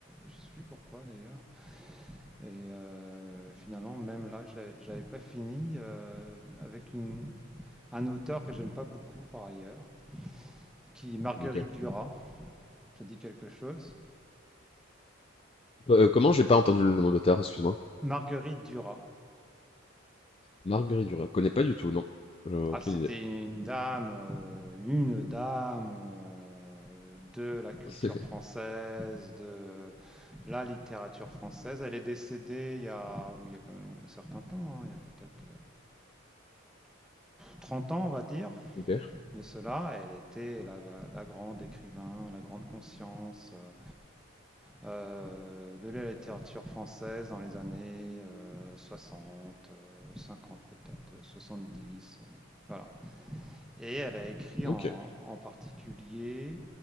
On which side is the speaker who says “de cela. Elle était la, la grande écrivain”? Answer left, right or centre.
Centre